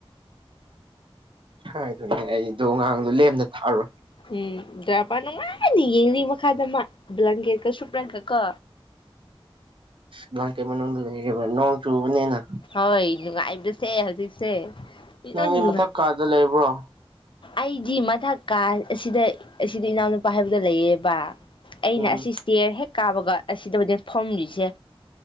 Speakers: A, on the right; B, on the left.
A: ꯍꯥꯏꯗꯣꯏꯅꯦ ꯑꯩꯗꯣ ꯉꯥꯡꯗꯣ ꯂꯦꯝꯅ ꯊꯥꯔꯣꯏ
B: ꯎꯝ ꯗ꯭ꯔꯥꯏꯕꯔ ꯅꯨꯡꯉꯥꯏꯅꯤ ꯌꯦꯡꯅꯤ ꯃꯈꯥꯗ ꯃꯥ ꯕ꯭ꯂꯥꯡꯀꯦꯠꯀ ꯁꯨꯞꯔꯒ ꯀꯣ
A: ꯕ꯭ꯂꯥꯡꯀꯦꯠ ꯃꯅꯨꯡꯗꯥ ꯂꯩꯔꯤꯕꯥ ꯅꯣꯡ ꯆꯨꯕꯅꯤꯅꯥ
B: ꯍꯣꯏ ꯅꯨꯡꯉꯥꯏꯕꯁꯦ ꯍꯧꯖꯤꯛꯁꯦ ꯃꯤꯂꯣꯏꯅ
A: ꯅꯪꯗꯤ
B: ꯅꯨꯡꯉꯥꯏ
A: ꯃꯊꯛ ꯀꯥꯗ ꯂꯩꯕ꯭ꯔꯣ
B: ꯑꯩꯗꯤ ꯃꯊꯛꯀꯥ ꯑꯁꯤꯗ ꯑꯁꯤꯗ ꯏꯅꯥꯎꯅꯨꯄꯥ ꯍꯥꯏꯕꯗꯣ ꯂꯩꯌꯦꯕ ꯑꯩꯅ
A: ꯎꯝ
B: ꯑꯁꯤ ꯏꯁꯇꯦꯔ ꯍꯦꯛ ꯀꯥꯕꯒ ꯑꯁꯤꯗꯕꯨꯗꯤ ꯐꯝꯗꯣꯏꯁꯦ